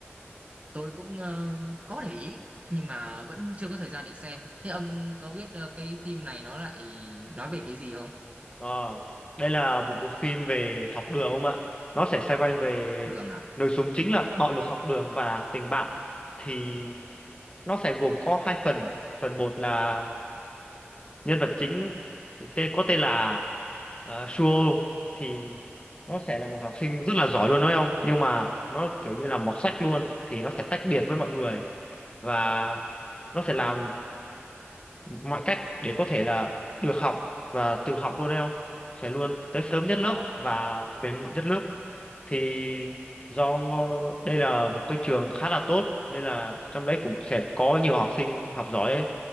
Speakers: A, on the right (about 30°); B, on the left (about 25°).
A: tôi cũng ờ, có để ý nhưng mà vẫn chưa có thời gian để xem thế ông có biết ờ, cái phim này nó lại nói về cái gì không
B: Ờ, đây là một bộ phim về học đường ông ạ. Nó sẽ xoay quanh về
A: đường à
B: nội dung chính là bạo lực học đường và tình bạn. Thì nó sẽ gồm có hai phần phần một là nhân vật chính tên có tên là ờ, Suo thì nó sẽ là một học sinh rất là giỏi luôn nói không nhưng mà nó kiểu như là mọt sách luôn thì nó sẽ tách biệt với mọi người và nó sẽ làm mọi cách để có thể là được học và tự học luôn đấy không sẽ luôn tới sớm nhất
A: ờ
B: lớp và về muộn nhất lớp thì do đây là một cái trường khá là tốt nên là trong đấy cũng sẽ có nhiều học sinh học giỏi ấy